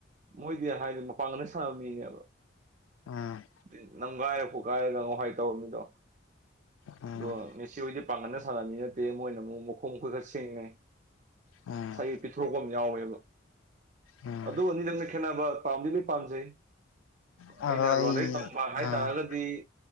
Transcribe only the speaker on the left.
ꯎꯝ
ꯎꯝ
ꯎꯝ
ꯎꯝ
ꯑꯗꯣ
ꯑꯩ
ꯑꯥ